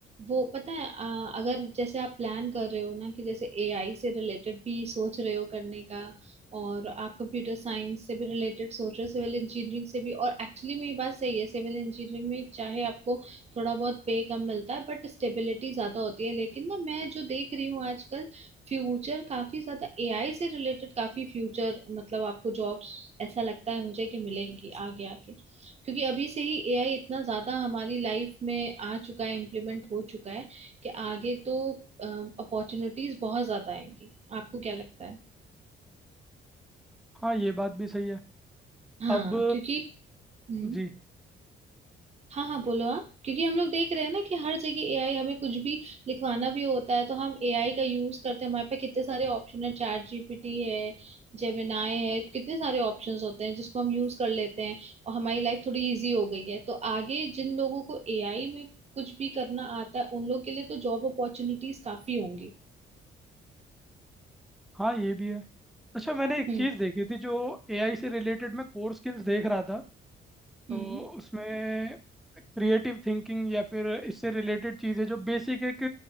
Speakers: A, on the right; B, in the centre.
A: वो पता है आ, अगर जैसे आप प्लान कर रहे हो ना कि जैसे एआई से रिलेटेड भी सोच रहे हो करने का और आप कंप्यूटर साइंस से भी रिलेटेड सोच रहे हो सिविल इंजीनियरिंग से भी और एक्चुअली में ये बात सही है सिविल इंजीनियरिंग में चाहे आपको थोड़ा बहुत पे कम मिलता है बट स्टेबिलिटी ज्यादा होती है लेकिन ना मैं जो देख रही हूँ आजकल फ्यूचर काफी ज्यादा एआई से रिलेटेड काफी फ्यूचर मतलब आपको जॉब्स ऐसा लगता है मुझे कि मिलेंगी आगे आके क्योंकि अभी से ही एआई इतना ज्यादा हमारी लाइफ में आ चुका है इम्प्लीमेंट हो चुका है कि आगे तो अपॉर्चुनिटीज बहुत ज्यादा आएंगी आपको क्या लगता है
B: हाँ ये बात भी सही है
A: हाँ
B: अब
A: क्योंकि हम्म
B: जी
A: हाँ हाँ बोलो आप क्योंकि हम लोग देख रहे हैं ना कि हर जगह एआई हमें कुछ भी लिखवाना भी होता है तो हम एआई का यूज करते हैं हमारे पे कितने सारे ऑप्शन है चैट जीपीटी है जेमिनाई है कितने सारे ऑप्शंस होते हैं जिसको हम यूज कर लेते हैं और हमारी लाइफ थोड़ी इजी हो गई है तो आगे जिन लोगों को एआई में कुछ भी करना आता है उन लोग के लिए तो जॉब अपॉर्चुनिटीज काफी होंगी
B: हाँ ये भी है अच्छा मैंने एक
A: हम्म
B: चीज़ देखी थी जो एआई से रिलेटेड मैं कोर स्किल्स देख रहा था तो
A: हम्म
B: उसमें क्रिएटिव थिंकिंग या फिर इससे रिलेटेड चीज़ें जो बेसिक एक